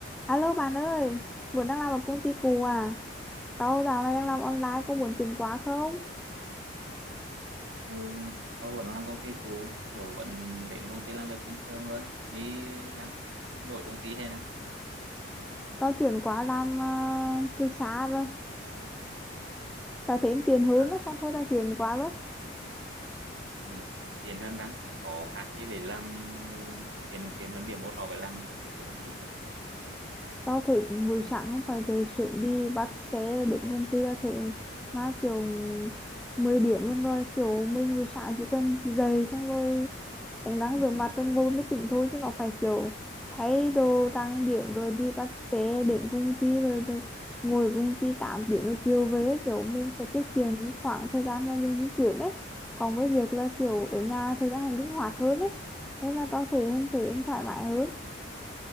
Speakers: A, in the centre; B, on the right.
A: Alo bạn ơi, vẫn đang làm ở công ty cũ à? Tao dạo này đang làm online, có muốn chuyển qua không?
B: Ừ. Tôi vẫn làm công ty cũ, kiểu vẫn đến công ty làm việc bình thường thôi. Mới ráng đổi công ty hay ráng
A: Tao chuyển qua làm ờ, từ xa rồi. Tao thấy tiền hướng
B: là
A: đó, xong thôi tao chuyển qua luôn.
B: ừ. tiền hơn ráng, hẳn có khác chứ về làm ờ, tiền tiền hơn điểm một so với làm trực tiếp cho công ty.
A: Tao thấy buổi sáng không phải dậy sớm đi bắt xe đến công ty là thấy mà kiểu 10 điểm luôn rồi. Kiểu mình buổi sáng chỉ cần dậy xong rồi em đang rửa mặt rồi ngồi mới tỉnh thôi chứ nó phải kiểu thay đồ trang điểm rồi đi bắt xe đến công ty rồi, rồi ngồi công ty 8 tiếng rồi chiều về kiểu mình sẽ tiết kiệm những khoảng thời gian mà mình di chuyển ấy còn với việc là kiểu ở nhà thời gian là linh hoạt hơn ấy nên là tao sẽ thấy em thoải mái hơn